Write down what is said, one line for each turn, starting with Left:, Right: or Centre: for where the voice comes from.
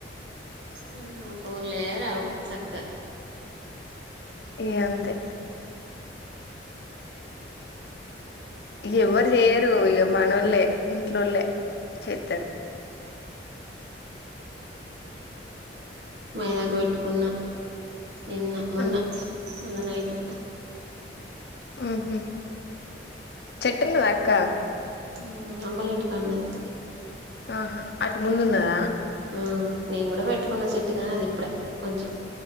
Right: హ్మ్ ఫోన్లే రావు సక్క
Left: ఇగ అంతే ఇగ ఎవ్వరు చేయరు ఇగ మనం లే ఇంట్లోల్లే. చేత్తరు.
Right: మైదాకు పెట్టుకున్న. నిన్న మొన్న
Left: ఆ
Right: మొన్న నైట్
Left: ఊహ్మ్ చెట్టు ఉన్నదా అక్క.
Right: హ్మ్ అమ్మోలింటికా నున్నది.
Left: ఆహా అటు ముందున్నదా.
Right: హ్మ్ నేను కూడా పెట్టుకున్న చెట్టు కాని అది ఇప్పుడే కొంచెం